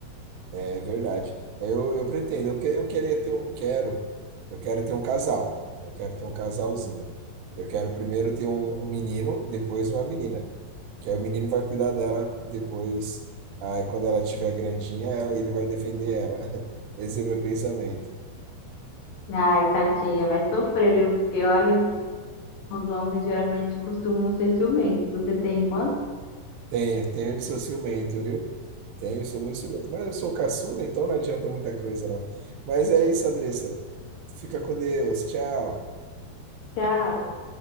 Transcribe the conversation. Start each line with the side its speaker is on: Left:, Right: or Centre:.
Right: É verdade. É, Eu, eu pretendo, eu, que, eu queria ter, eu quero, eu quero ter um casal. Eu quero ter um casalzinho. Eu quero primeiro ter um, um menino, depois uma menina. Que aí o menino vai cuidar dela, depois, aí quando ela estiver grandinha, ele vai defender ela. <laughs> Esse é o meu pensamento.
Left: Ai, tadinha, vai sofrer, viu? Porque olha, os homens geralmente costumam ser ciumentos. Você tem irmã?
Right: Tenho, tenho e sou ciumento, viu? Tenho, sou muito ciumento. Mas eu sou caçula, então não adianta muita coisa, não. Mas é isso, Andressa. Fica com Deus. Tchau.
Left: Tchau.